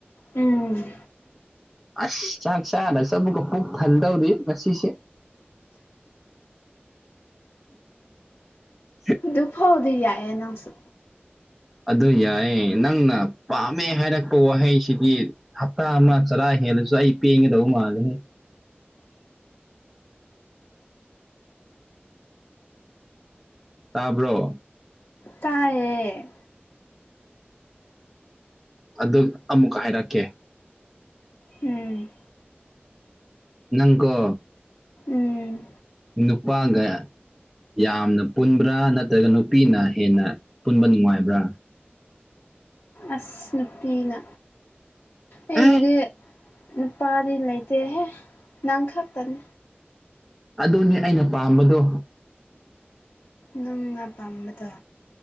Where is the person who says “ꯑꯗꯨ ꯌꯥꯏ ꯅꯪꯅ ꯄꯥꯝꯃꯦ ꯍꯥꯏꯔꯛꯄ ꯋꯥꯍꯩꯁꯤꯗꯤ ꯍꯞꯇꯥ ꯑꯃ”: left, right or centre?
Centre